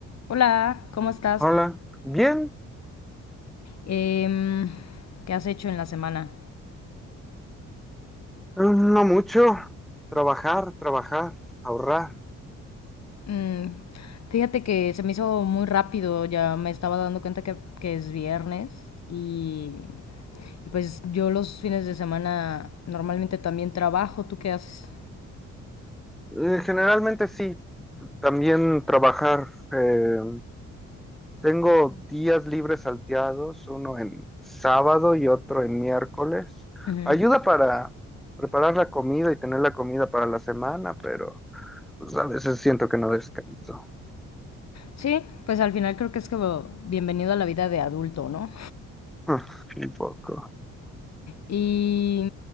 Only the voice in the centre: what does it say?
Hola, bien,
eh, no mucho. Trabajar, trabajar, ahorrar.
Eh, generalmente sí, también trabajar. eh, tengo días libres salteados, uno en sábado y otro en miércoles.
Ayuda para preparar la comida y tener la comida para la semana, pero pues, a veces siento que no descanso.
<laughs> Un poco.